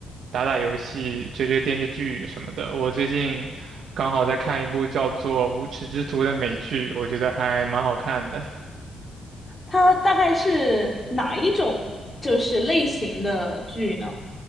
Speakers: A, on the right; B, on the left.
A: 打打游戏、追追电视剧什么的。我最近刚好在看一部叫做《无耻之徒》的美剧，我觉得还蛮好看的。
B: 它大概是哪一种就是类型的剧呢？